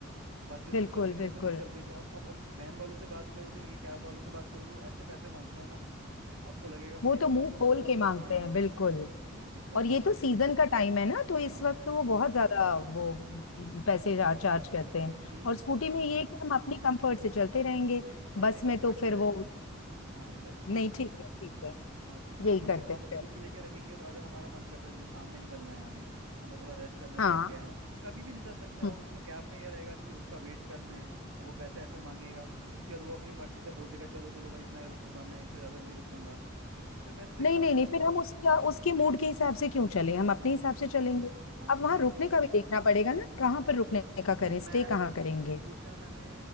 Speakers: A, on the right; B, on the left.
A: बसेस
B: बिल्कुल
A: बसेस
B: बिल्कुल
A: ऐसा कुछ चलती नहीं अब अब अब वैन वालों से बात करोगे या कैब वालों से बात करोगे वो ऐसे पैसे मांगते हैं ना आपको लगेगा भाई
B: वो तो मुंह
A: ये
B: खोल के मांगते
A: हाँ
B: हैं बिल्कुल
A: वही दिक्कत
B: और
A: है
B: ये तो सीजन का टाइम है ना तो इस
A: हाँ
B: वक्त तो वो बहुत ज्यादा वो पैसे चार्ज करते हैं
A: यही
B: और स्कूटी
A: दिक्कत है
B: में ये है कि हम अपनी कंफर्ट से चलते रहेंगे
A: अपने
B: बस
A: कंफर्ट
B: में तो फिर
A: से रहेगा
B: वो
A: हाँ एग्जैक्टली
B: नहीं ठीक है ठीक है
A: हाँ क्योंकि
B: यही
A: स्कूटी
B: करते
A: हम
B: हैं
A: स्कूटी
B: फिर
A: लेके रखेंगे तो अगर हमारा मन करता है चलो शाम में निकलना है हमें हमें थोड़ा रेस्ट करना है,
B: हाँ
A: थक गए हैं कभी भी निकल सकते हैं
B: हम्म।
A: और उसमें कैब में ये रहेगा कि उसका वेट करना है वो पैसे ऐसे मांगेगा उसके बाद वो अपनी मर्जी से बोल देगा चलो चलो भाई इतना ही रुकूंगा मैं इससे ज़्यादा नहीं रुकूंगा इससे बेस्ट है
B: नहीं
A: कि हम
B: नहीं
A: कर...
B: नहीं फिर
A: हाँ
B: हम उसका उसके मूड के हिसाब से क्यों चलें हम अपने
A: हाँ
B: हिसाब
A: हाँ
B: से चलेंगे
A: हाँ
B: अब
A: क्योंकि
B: वहां रुकने का भी देखना पड़ेगा ना कहाँ पर रुकने का करें स्टे
A: मैं
B: कहाँ
A: सोचा
B: करेंगे
A: मैंने